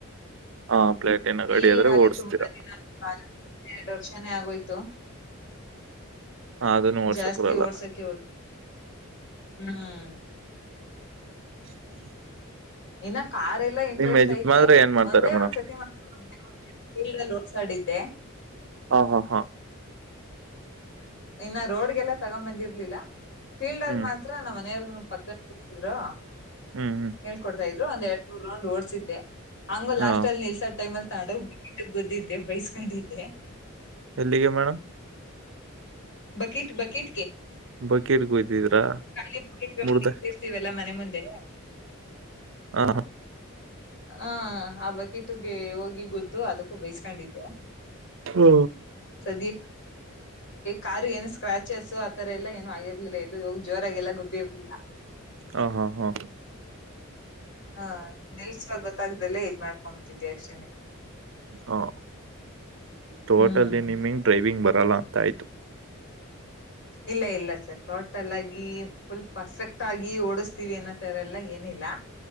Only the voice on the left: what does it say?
ಈಗ
ಅಲ್ಲಿ
ತುಂಬಾ ದಿನ <unintelligible> ಎರಡು ವರ್ಷಾನೇ ಆಗೋಯ್ತು
ಜಾಸ್ತಿ
ಓಡ್ಸಕ್ಕೆ ಹೋಗಿಲ್ ಹ್ಮ್
ಇನ್ನ ಕಾರ್ ಎಲ್ಲಾ ಇಂಟ್ರೆಸ್ಟ್
ಐತೆ
ಒಂದೇ
ಒಂದ್ ಸತಿ ಮಾತ್ರ <unintelligible> ಫೀಲ್ಡ್ ಅಲ್ಲಿ ಓಡ್ಸಡಿದ್ದೆ
ಇನ್ನ ರೋಡ್ಗೆಲ್ಲಾ ತಗೊಂದ್ ಬಂದಿರ್ಲಿಲ್ಲ ಫೀಲ್ಡ್ ಅಲ್ಲಿ
ಮಾತ್ರ ನಮ್ಮ ಮನೆಯವರ್ ನ ಪಕ್ಕದಲ್ಲಿ ಕುತ್ತಿದ್ರೂ
ಹೇಳ್ಕೊಡ್ತಾ ಇದ್ರು ಒಂದ್ ಎರಡ್ ಮೂರ್ ರೌಂಡ್ ಓಡ್ಸಿದ್ದೆ. ಹಂಗ್ ಲಾಸ್ಟ್
ಅಲ್ಲಿ ನಿಲ್ಸದ್ ಟೈಮ್ ಅಲ್ಲಿ ತಂಗೊಡ್ <unintelligible> ಬೈಸ್ಕೊಂಡಿದ್ದೆ
ಬಕಿಟ್ ಬಕಿಟ್ಗೆ
<unintelligible>
ಮನೆ ಮುಂದೆ
ಹಾ ಆ ಬಕೀಟುಗೆ ಹೋಗಿ ಗುದ್ದು ಅದಕ್ಕೂ ಬೈಸ್ಕೊಂಡಿದ್ದೆ
ದ್ದಿ ಕಾರು ಏನು ಸ್ಕ್ರಾಚಸ್ ಆತರ ಎಲ್ಲ ಏನು ಏನೂ ಆಗಿರ್ಲಿಲ್ಲ ಎಲ್ಲೂ ಹೋಗಿ ಜೋರಾಗಿ ಎಲ್ಲ ಗೂದ್ರಿರ್ಲಿಲ್ಲ.
ಹಾ ನಿಲ್ಸದ್ದು ಗೊತ್ತಾಗ್ದಲ್ಲೇ ಇದ್ ಮಾಡ್ಕೊಬಿಟ್ಟಿದ್ದೆ ಅಷ್ಟೇನೆ
ಹ್ಮ್
ಇಲ್ಲ ಇಲ್ಲ ಸರ್ ಟೋಟಲ್ ಆಗಿ ಪುಲ್ ಪರ್ಫೆಕ್ಟ್ ಆಗಿ ಓಡಿಸ್ತೀವಿ ಅನ್ನೋತರಲ್ಲ ಏನಿ ಇಲ್ಲ